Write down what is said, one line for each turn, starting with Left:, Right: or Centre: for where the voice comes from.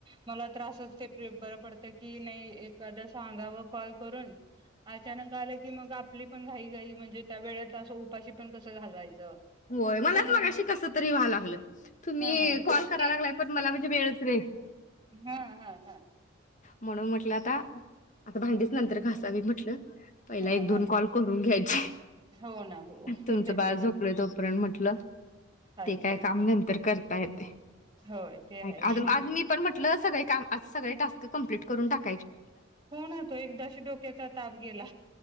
Right: मला तर असच ते बरं पडतं की नाही एक खादा सांगाव कॉल करून अचानक आलं की मग आप पली पण घाई घाई म्हणजे त्या वेळत आसं उपाशी पण कसं घालवायचं
Left: होय मलाच
Right: हे पण
Left: मागाशी कस तरी व्हा लागलं तुम्ही
Right: हा
Left: कॉल
Right: तेच
Left: कराय लागलाय पण मला म्हणजे वेळच वेळ
Right: हा हा हा
Left: म्हणून म्हटल आता आता भांडीच नंतर घासावी म्हटलं पहिला
Right: हा
Left: एक दोन
Right: हा
Left: कॉल करून घ्यायची
Right: हो ना हो
Left: तुमचं
Right: तेच
Left: बाळ
Right: ना
Left: झोपलं तो म्हटल
Right: अच्छा
Left: ते काय
Right: अच्छा
Left: काम नंतर करता येते.
Right: होय ते आहे
Left: आज आज मी पण म्हटलं सगळे काम आज सगळे टास्क कम्प्लीट करून टाक.
Right: होणा तो एकदाशी डोक्याचा ताप गेला.